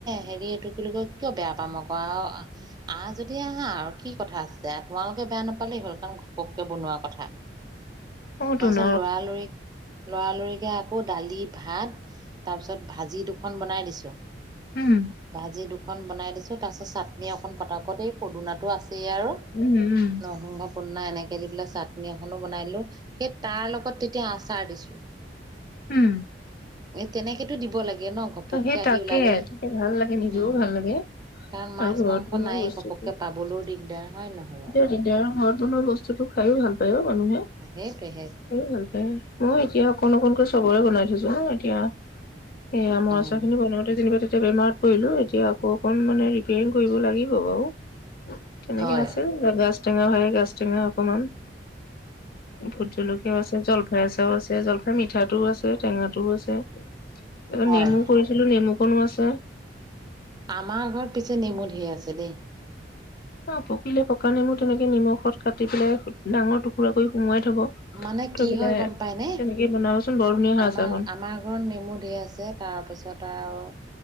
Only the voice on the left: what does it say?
অ
তোন
উম
উম উম
উম
অ সেই
তাকে
তেতিয়া ভাল লাগে নিজেও
ভাল লাগে
আৰু
ঘৰত
বনোৱা
বস্তুটো
এতিয়া ঘৰত বনোৱা বস্তুুতো খাইো ভাল পায় অ। মানুহে
ভাল পায় মই এতিয়া অকণ অকণকৈ চবৰে বনাই। <unintelligible> ো ন এতিয়া স পাছৰ
খিনি বনাওতে যেনিবা এতিয়া বেমাৰত পৰিলো এতিয়া আকৌ অকণ মানে ৰিপিয়াৰিং কৰিব লাগিব বাৰু। তেনেকে
আছিল লগাই। া টেঙা হয় গাছ টেঙা অকমান ভুট জলকীয়াও আছে জলফাই এচাৰও আছে জলফাই মিঠাটোও আছে টেঙাটোও আছে। আকৌ
নেমু কনো আছে।
অ পকিলে পকা নেনুটো তেনেকে নিমখত কাটি পেলাই ডাঙৰ টুকুৰা কৰি সোমোৱাই। থব
থৈ
পেলাই
তেনেকে বনাবচোন বৰ ধুনীয়া হয়
আচাৰকণ